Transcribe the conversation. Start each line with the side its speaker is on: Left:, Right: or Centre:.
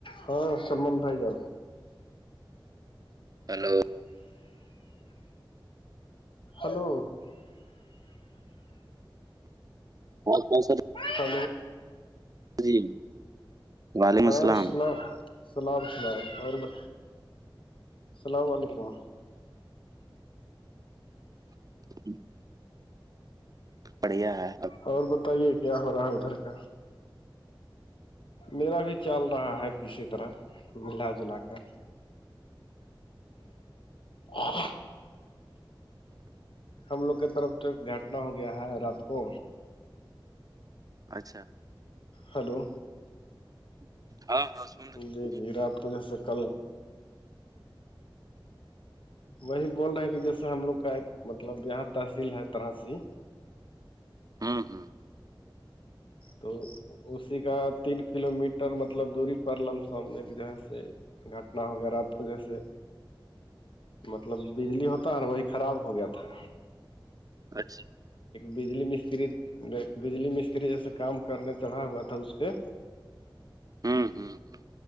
Left: ہاں سلمان بھائی جان
Right: ہلو
Left: ہلو
Right: اور کوہت ساری
Left: خو
Right: جی وعلیکم
Left: ہاں
Right: السلام
Left: سناؤ اللام اللام اللام علیکم
Right: <inaudible> پڑھیا ہے
Left: اور بتائیے کیا ہو رہا ہے ادھر کا میرا بھی چل رہا ہے کسی طرح ملا جلا کر ھم ہم لوگ کی طرف تو ایک گھٹنا ہو گیا ہے رات کو
Right: اچھا
Left: ہلو
Right: ہاں ہاں سن رہے ہیں
Left: جی
Right: بولیے
Left: جی رات کو جیسے کل وہی بول رہے ہیں کہ جیسے ہم لوگ کا ایک مطلب یہاں تحصیل ہے ترحسی
Right: ہاں ہاں
Left: تو اسی کا تین کلو میٹر مطلب دوری پر لم سم ایک جگہ سے گھٹنا ہوغیرہ تو جیسے مطلب بجلی ہوتا ہے نا وہی خراب ہو گیا تھا
Right: اچھا
Left: بجلی مستری بجلی مستری جیسے کام کرنے چڑھا ہوا تھا اس پہ
Right: ہوں ہوں ہوں